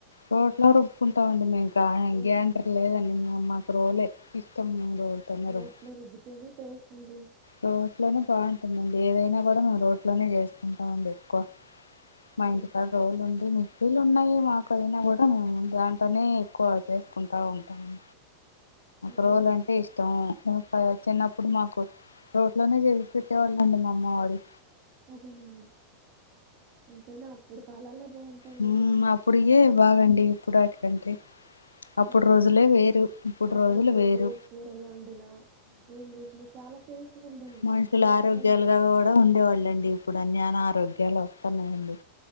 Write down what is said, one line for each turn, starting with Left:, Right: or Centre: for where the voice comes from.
Left: రోట్లో రుబ్బకుంటాం అండి మేము
Right: రోట్లు
Left: గైండర్ లేదండి మేము మాకు రోలు ఇష్టం రోలుతోనే
Right: రోట్లు
Left: రుబ్
Right: రుబ్బుతేనే టేస్ట్ అండి
Left: రోట్లోనే బాగుంటుందండి ఏదైనా కూడా మేము రోట్లోనే చేసుకుంటామండి ఎక్కువ మా
Right: ఆ,
Left: ఇంటి కాడ రోలు ఉంది వీళ్లుు ఉన్నాయి మాకు అయినా కూడా మేము దాంట్నే ఎక్కువ చేసుకుంటా ఉంటాము
Right: అదేనండి
Left: రోల్ అంటే ఇష్టం ముప్పై చిన్నప్పుడు మాకు రోట్లోనే చేసి పెట్టేవాళ్ళ అండి మా అమ్మ వాళ్లు
Right: అదేనండి ఇంతేనా అప్పుడు కాలాలే బాగుంటాయండి
Left: హ్మ్ అప్పుడికే బాగండి ఇప్పుడు వాటిడంటే అప్పుడు
Right: అప్-
Left: రోజులే వేరు ఇప్పుడు
Right: అప్పట్లో
Left: రోజులు వేరు
Right: ఏ కూరలు వండినా ఏం చేసినా చాలా టేస్ట్గా ఉండేయండి
Left: మనుషులు
Right: ఇప్పుడు అస్సలు
Left: ఆరోగ్యాలుగా కూడా ఉండేవాళ్ళండి ఇప్పుడు అన్న ఆరోగ్యం లా వస్తున్నాయండి